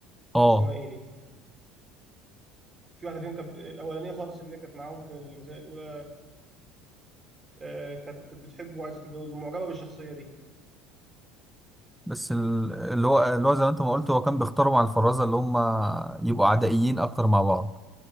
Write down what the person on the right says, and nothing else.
اسمها ايه دي في واحده فيهم كانت الاولانيه خالص اللي هي كانت معاهم في الجزء الاولى آه، كانت بتحبه وعايزه تتجوزه معجبه بالشخصيه دي